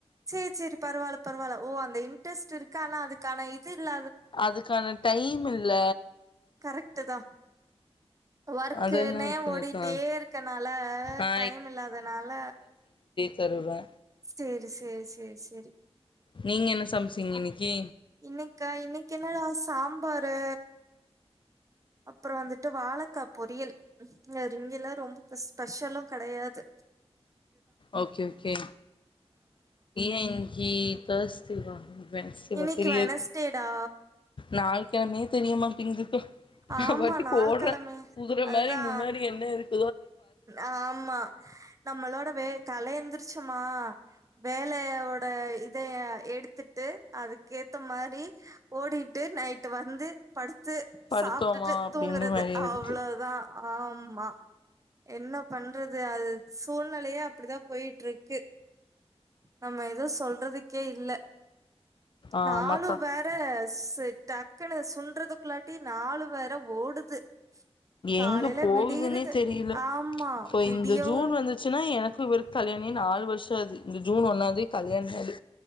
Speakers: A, on the right; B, on the left.
A: சரி சரி பரவாயில்ல பரவாயில்ல ஓ அந்த இன்ட்ரெஸ்ட் இருக்க ஆனா அதுக்கான இது இல்ல
B: அதுக்கான டைம் இல்ல
A: கரெட்டுதா ஒர்க்குக்ன்னே
B: அதெல்லா இருக்குல்லக்கா
A: ஓடிட்டே இருக்கனால
B: ஆ
A: டைம் இல்லாதனால
B: தருவ
A: சரி சரி சரி சரி
B: நீங்க என்ன சமைச்சீங்க இன்னைக்கி
A: இன்னைக்கா இன்னைக்கு என்ன னா சாம்பாரு. அப்புறம் வந்துட்டு வாழைக்கா பொரியல் இங்க எல்லா ரொம்ப ஸ்பெஷலும் கிடையாது.
B: ஓகே ஓகே ஏன் ஏ <unintelligible>
A: இன்னைக்கு
B: தெரியாது
A: வெனஸ்டேடா
B: நால் கிழமையே தெரியமாட்டிங்குது ந
A: ஆமா
B: பத்தி
A: நாள்
B: போடுறேன்
A: கெழமை
B: குதற
A: அதுதா
B: மாதிரி முன்னாடி என்ன இருக்கு
A: ஆமா நம்மளோட வே காலைல எந்திரிச்சுமா வேலையோட இதைய எடுத்துட்டு அதுக்கேத்த மாதிரி ஓடிட்டு நைட்டு வந்து படுத்
B: படுத்தோமா
A: சாப்பிட்டுட்டு
B: அப்டின்ற
A: தூங்குறது
B: மாரி இருக்கு
A: அவ்வளோதான் ஆம் மா என்ன பண்றது அது சூழ்நிலையே அப்படிதான் போயிட்டு இருக்கு. நம்ம ஏதோ சொல்றதுக்கே இல்ல
B: ஆமாக்கா
A: நாளும் வேற டக்குனு ஸ் என்றதுக்குள்ள நாலு வேர ஓடுது. காலைல
B: எங்க போகுதுன்னே
A: விடியறது.
B: தெரியல
A: ஆமா.
B: இப்போ
A: விடியவும்
B: இந்த ஜூன் வந்துச்சுன்னா எனக்கு ரு கல்யாணாஆகி நாலு வருஷ ஆவுது இந்த ஜூன் ஒன்னாந்தேதி கல்யாண நாலு